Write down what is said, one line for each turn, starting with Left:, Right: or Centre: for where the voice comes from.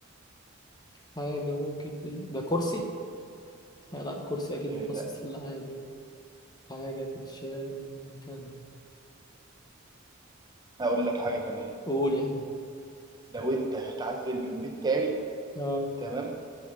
Left: حاجة ممكن دي. ده كرسي؟ لا لا، كرسي أكيد
Right: آه
Left: مخصص
Right: لا
Left: للألعاب يعني حاجة تتشال من مكان
Right: هقول لك حاجه كمان
Left: قول يعني
Right: لو انت هتعزل من بيت تاني
Left: آه
Right: تمام